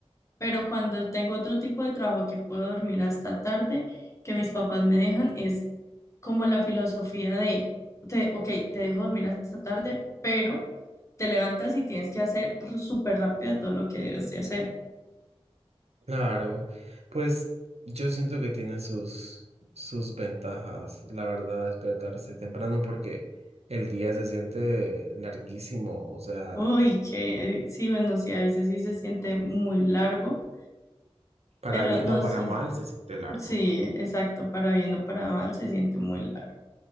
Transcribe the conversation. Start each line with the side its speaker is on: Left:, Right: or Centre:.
Left: pero cuando tengo otro tipo de trabajo que puedo dormir hasta tarde, que mis papás me dejan, es como la filosofía de, te, ok, te dejo dormir hasta tarde, pero te levantas y tienes que hacer súper rápido todo lo que debes de hacer.
Right: Claro, pues yo siento que tiene sus, sus ventajas, la verdad, despertarse temprano porque el día se siente larguísimo, o sea,
Left: Uy, que sí, bueno, sí, a veces sí se siente muy largo,
Right: para
Left: pero
Right: bien
Left: no
Right: o para
Left: sé,
Right: mal se siente largo.
Left: sí, exacto, para bien o para mal se siente muy largo.